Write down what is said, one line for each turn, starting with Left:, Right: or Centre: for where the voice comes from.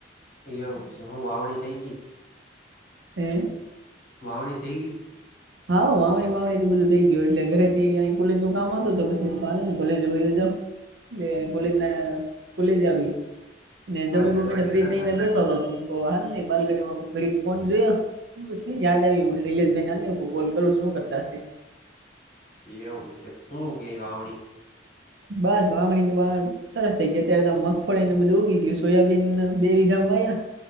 Left: એવું છે હું વાવણી થઈ ગઈ,
Right: હે,
Left: વાવણી થઈ ગઈ,
Right: હોવ. વાવણી બાવણી તો બધું થઈ ગયું. એટલે ઘરેથી અહિંયા કોલેજનું કામ હતું, તો પછી હું કહું હાલોને કોલેજ વયો જાઉં. એટલે કોલેજ ના કોલેજે આવ્યું. ને જમી
Left: અત્યારે
Right: બમીને
Left: તો ખેતર
Right: ફ્રી થઈને
Left: પાછા
Right: બેઠો
Left: આવે
Right: તો, તો તો હાલને બાલ્કનીમાં ઘણીક ફોન જોયો. તો પછી યાદ આઈવી. હું શૈલેષભાઈના હાલને કોલ કરું, શું કરતા હશે?
Left: એવું સે. હુ કેઈ વાવણી?
Right: બસ વાવણી <unintelligible> સરસ થઇ ગયા. અત્યારે તો આ મગફળીને એ બધું ઊગી ગયું. સોયાબીન બે વીઘામ વાયા.